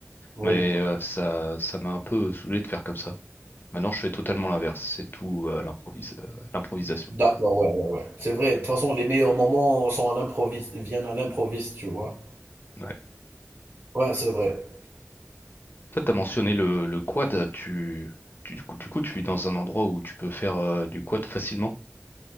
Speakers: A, on the right; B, on the left.
A: Oui,
B: Mais euh, ça ça m'a un peu saoulé de faire comme ça. Maintenant je fais totalement l'inverse, c'est tout euh, à l'improvise, euh, à l'improvisation.
A: d'accord, ouais, ouais, ouais. C'est vrai, de toute façon, les meilleurs moments sont à l'improviste, viennent à l'improviste, tu vois.
B: Ouais.
A: Ouais, c'est vrai.
B: Toi t'as mentionné le, le quad, tu, tu- du coup, du coup, tu es dans un endroit où tu peux faire euh, du quad facilement.